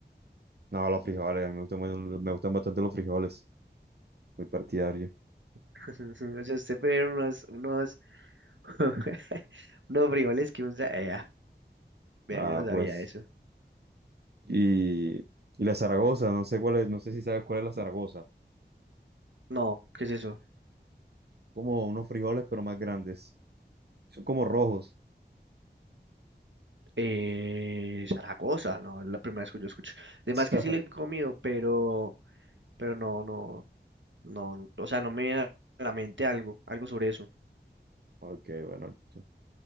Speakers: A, on the right; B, on the right.
A: No, los frijoles, a mí me gustan, mu- me gustan bastante los frijoles, muy partidario.
B: <laughs> O sea, usted puede unos, unos, <laughs> unos frijoles que usa. Eh, ah, vea,
A: Ah,
B: yo no sabía
A: pues,
B: eso.
A: y, y la Zaragoza, no sé cuál es, no sé si sabes cuál es la Zaragoza.
B: No, ¿qué es eso?
A: como unos frijoles, pero más grandes. Son como rojos.
B: Eh, Zaragoza, no, es la primera vez que yo escucho. Además
A: <laughs>
B: que sí le he comido, pero, pero no, no, no, o sea, no me viene a la mente algo, algo sobre eso.
A: Ok, bueno. listo.